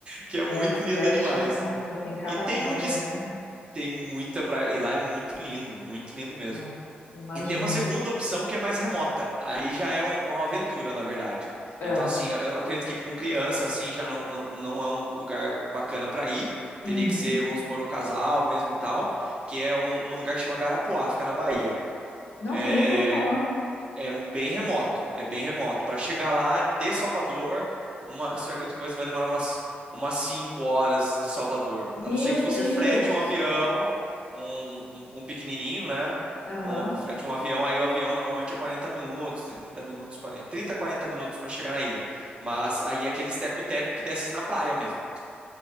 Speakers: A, on the right; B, on the left.
A: que é muito
B: É, Nordeste,
A: linda demais.
B: nossa, tem cada
A: E tem
B: praia,
A: um, des-
B: né?
A: tem muita praia, e lá é muito lindo, muito lindo mesmo.
B: É, imagino.
A: E tem uma segunda opção que é mais remota. Aí já é um- uma aventura, na verdade.
B: É.
A: Então, assim, eu acredito que com criança, assim, já não, não, não é um lugar bacana para ir. Teria
B: Uhum.
A: que ser, vamos supor, o casal mesmo e tal, que é um, um lugar que chama Garapuá, fica na Bahia.
B: Nossa,
A: É,
B: nunca ouvi falar.
A: é bem remoto, é bem remoto. Para chegar lá de Salvador, uma, eu acredito que você vai demorar umas, umas 5 horas de Salvador.
B: Meu
A: A não ser que você
B: Deus.
A: frete um avião, um, um, um um pequenininho, né?
B: Aham.
A: Um, frete um avião, aí o avião normalmente é 40 minutos, 30 minutos, 40, 30, 40 minutos para chegar na ilha. Mas aí é aqueles teco-teco que desce na praia mesmo.